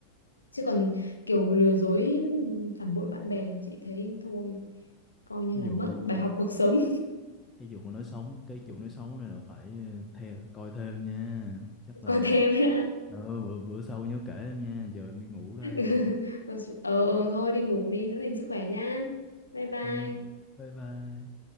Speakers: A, on the left; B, on the left.
A: chứ còn kiểu lừa dối phản bội bạn bè là chị thấy thôi coi như
B: ví
A: là
B: dụ
A: mất bài học cuộc sống
B: cái vụ nói xấu cái vụ nói xấu này là phải ờ, theo coi thêm nha chắc
A: <laughs>
B: là
A: coi thêm <laughs>
B: ờ, bữa, bữa sau nhớ kể em nha giờ em đi ngủ đây
A: <laughs> ờ ờ thôi đi ngủ đi giữ gìn sức khỏe nhá bye bye
B: Ok, bye bye